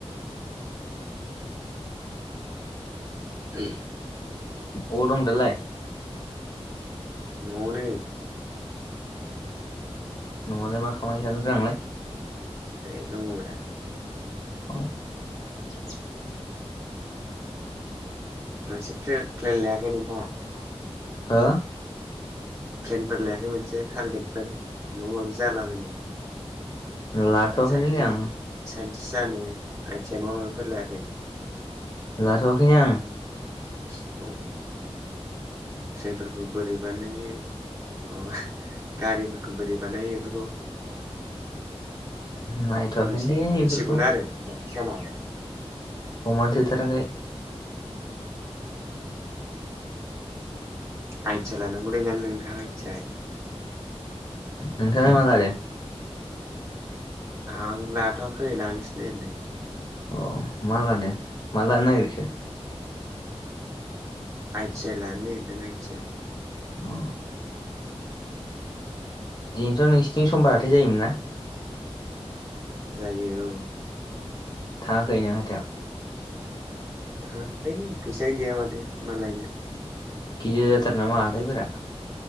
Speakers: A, on the right (about 25°); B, on the left (about 40°).
A: <unintelligible>
B: अबाव दं दालाय
A: नआवनो
B: न'आलाय मा खामायथादोंब्रा नोंलाय
A: <unintelligible> दंङ रा
B: अ
A: <unintelligible> मोनसे प्ले प्लेन लायाखै नोंथाङा
B: हा
A: प्लेनफोर लायाखै मोनसे टारगेटफोर माबा माबि जालाबायनो
B: लाथ'आखैलि
A: साइन्टिस्ट
B: आं।
A: <unintelligible> जानो आइथिया माबा माबिफोर लायाखै
B: लाथआखैनो आं।
A: <inaudible> अ ट्रेनफोरखो बोरै बानायो। माबा गारिफोरखो बोरै बानायो इफोरखौ
B: नायथ'वाखैनोलै
A: <unintelligible>
B: बेफोरखौ
A: मिथिगौनो आरो साइन्तिस जानो हाबा।
B: समाथो थाराखै।
A: आइतिआय लानांगौलै नोंथां आय ति आय।
B: नोंथांआलाय मा लादो
A: आं लाथ आखै लानोसो नागिरदों।
B: अ मा लादो मा लानो नागिरखो
A: आइ तिआय लानो नागिरदों आइति आइ
B: अ दिनथ नोंसिनिथिं समबारहाथाय जायोमोन ना
A: जायो औ
B: थाङांखै नों हाथायाव
A: थाङांखै फैसायानो गैया माथो मालायनो।
B: गिदि जाथारो नामा हाथाइफोरा